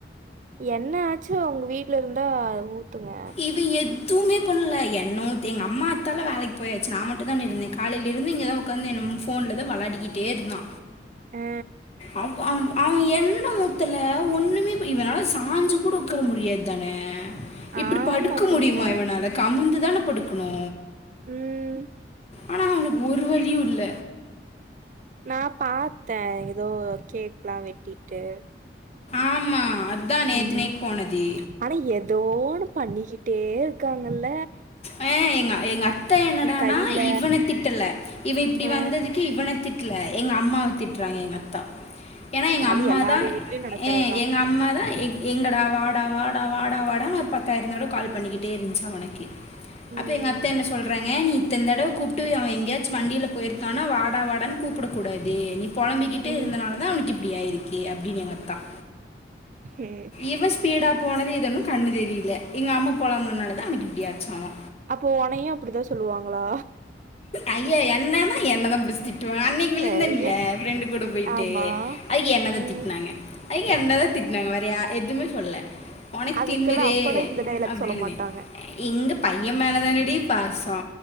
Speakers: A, on the right; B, on the left.
A: என்னயாச்சு அவுங்க வீட்ல இருந்தா ஊத்துங்க
B: இவ எதுமே பண்ணல எண்ண ஊத் எங்க அம்மா அத்தாலா வேலைக்கு போயாச்சு நா மட்டு தானே இருந்தே காலையிலருந்து இங்க தா உக்காந்து என்னுமோ ஃபோனுல தா விளயாடிக்கிட்டே இருந்தா
A: ஆ
B: அவ அவன் எண்ண ஊத்துல ஒண்ணுமே பண் இவன் சாஞ்சு கூட உக்கார முடியாது தானே இப்டி
A: ஆமா
B: படுக்க முடியுமா
A: பின்ன
B: இவனால கமுந்து தான படுக்குணு
A: ம்
B: ஆனா அவனுக்கு ஒரு வலியு இல்ல
A: நா பாத்த ஏதோ கேக்ல்லா வெட்டிட்டு
B: ஆம்மா அதா நேத்
A: ம்
B: நைட் போனது
A: ஆனா ஏதோ ஒண்ணு பண்ணிக்கிட்டே இருக்காங்கள்ள
B: ஆ எங்க எங்க அத்த என்னடானா
A: கையில
B: இவன திட்டல இவன் இப்டி
A: ஆ
B: வந்ததுக்கு இவன திட்ல எங்க அம்மாவ திட்டுறாங்க எங்க அத்தா ஏனா எங்க
A: அது
B: அம்மா
A: எல்லாரு
B: தா
A: வீட்லயு நடக்கறதுதா
B: ஏ எங்க அம்மா தான் எ எங்கடா வாடா வாடா வாடா வாடா ஒரு பத்தாயிரோந்தடவ கால் பண்ணிக்கிட்டே இருந்துச்சு அவனுக்கு அப்ப
A: ம்
B: எங்க அத்த என்ன சொல்றாங்க நீ இத்த தடவ கூப்ட்டு அவன் எங்கயா ச்சு வண்டியில போயிருக்கானா வாடா வாடனு கூப்பிடக் கூடாது நீ பொளம்பிக்கிட்டே
A: ம்
B: இருந்தனால தா அவனுக் இப்டி அயிருக்கே அப்டின்னு எங்க அத்தான்
A: ம்
B: இவன் ஸ்பீடா போனது இது ஒன்னு கண்ணு தெரியில எங்க அம்மா பொளம்னுனாலதா அவனுக்கு இப்டியாச்சாமா
A: அப்போ ஒனையு அப்டித்தா சொல்லுவாங்ளா
B: ஐயே என்னன்னா என்ன தா பிடிச்சி திட்டுவா அன்னைக் விழுந்தேன்ல
A: ஏ ஏ
B: ஃப்ரெண்டு கூட போயிட்டு
A: ஆமா
B: அதுக்கு என்ன தா
A: ம்
B: திட்னாங்க அதுக்கு என்னதா திட்னாங்க வேற யார் எதுமே சொல்ல ஒனக்கு
A: அதுக்கெல்லா
B: திமிரே
A: அப்பல்லா இந்த டைலாக்
B: அப்டின்னு
A: சொல்ல மாட்டாங்க
B: இங்க பைய மேலதானடி பாசோ